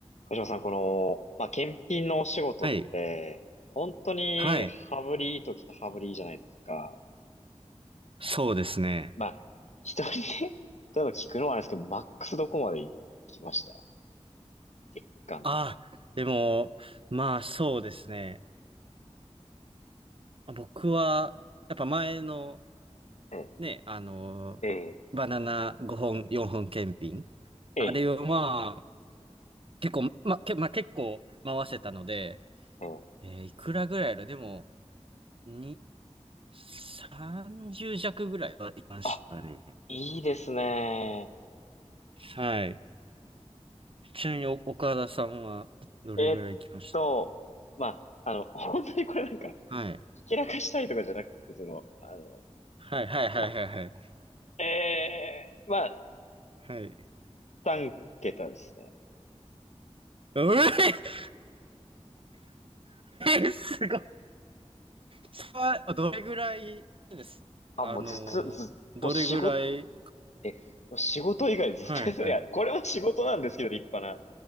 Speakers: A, on the left; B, on the right.
A: 小島さん、この、まあ、検品のお仕事って、
B: はい。
A: 本当に羽振りいい時って羽振りいいじゃないですか。
B: はい。そうですね。
A: まあ、一人で、<laughs> 例えば聞くのはあれですけど、マックスどこまで行きました月間とか。
B: ああ、でも、まあそうですね。僕は、やっぱ前の
A: え
B: ね、あの、
A: え、ええ、
B: バナナ5本、4本検品。
A: ええ、
B: あれをまあ、結構、ま、け、まあ、結構回せたので、
A: うん
B: えーいくらぐらいあるでも、に、30弱ぐらいはいましたね。
A: あ、いいですね。
B: はい。ちなみにお岡田さんはどれぐらい行きましたか
A: えっと、まあ、あの、<laughs> 本当にこれなんか、
B: はい。
A: ひけらかしたいとかじゃなくて、その、あの、
B: はいはいはいはいはい。
A: まあ、ええ、まあ、
B: はい。
A: 3桁ですね。
B: うええすごい。さあ、どれぐらいですあのー、
A: あ、もうずっと、ずっもう仕事、
B: どれぐらい
A: え、仕事以外ずっとやってたいや、
B: はいはい。
A: これも仕事なんですけど、立派